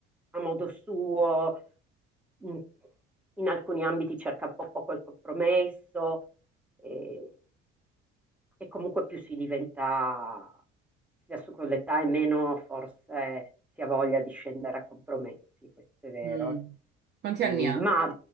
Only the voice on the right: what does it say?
Mm. Quanti anni
ha?